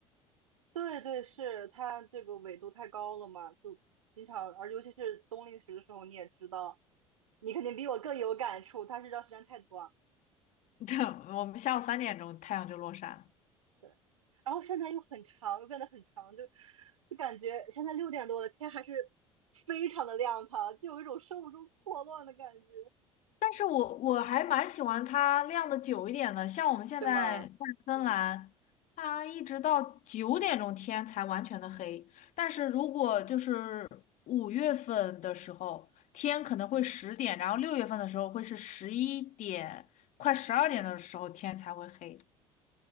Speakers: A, on the right; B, on the left.
A: 对对，是它这个纬度太高了嘛，就经常，而尤其是冬令时的时候，你也知道，你肯定比我更有感触，它日照时间太短，
B: <laughs> 对，我们下午三点钟太阳就落山了
A: 对，然后现在又很长，又变得很长，就就感觉现在六点多了，天还是非常的亮堂，就有一种生物钟错乱的感觉。
B: 但是我我还蛮喜欢它晾的久一点的，像我们现在在芬兰，
A: 对吗？嗯，
B: 它一直到九点钟天才完全的黑。但是如果就是五月份的时候，天可能会十点，然后六月份的时候会是十一点，快十二点的时候天才会黑。